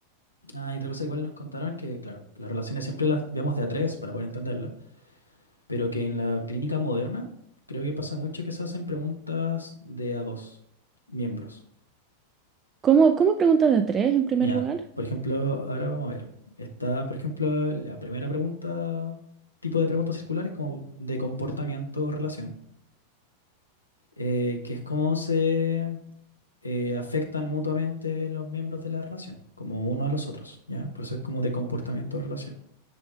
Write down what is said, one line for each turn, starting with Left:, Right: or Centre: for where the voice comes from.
Left: Ah, y otra cosa, igual nos contaron que, claro, las relaciones siempre las vemos de a tres para poder entenderlas, pero que en la clínica moderna creo que pasa mucho que se hacen preguntas de a dos miembros.
Right: ¿Cómo, cómo preguntas de a tres en primer
Left: Mira,
Right: lugar?
Left: por ejemplo, ahora vamos a ver. Está, por ejemplo, la primera pregunta, tipo de preguntas circulares como de comportamiento o relación. eh, que es cómo se eh, afectan mutuamente los miembros de la relación, como uno a los otros, ¿ya? Por eso es como de comportamiento de relación.